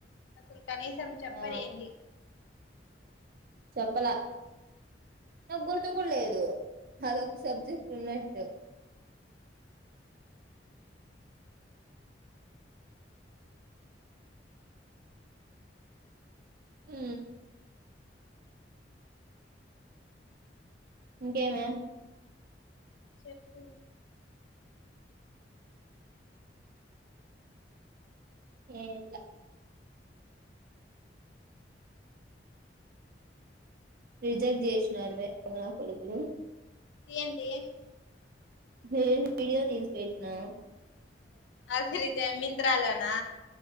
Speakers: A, on the left (about 80°); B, on the right (about 55°).
A: అసల్ కనీసం చెప్పర్
B: ఆ
A: ఏంది
B: చెప్పలా, నా గుర్తు కూడా లేదు అదొక సబ్జెక్ట్ ఉన్నట్టు ఉ ఇంకేమే
A: చెప్పు
B: ఏం లే రిజెక్ట్ చేసినారు మే <inaudible> నా కొడుకులు
A: ఏంది
B: వీడియో తీసి పెట్నా
A: అసల్ ఇది మిన్ త్రాలోనా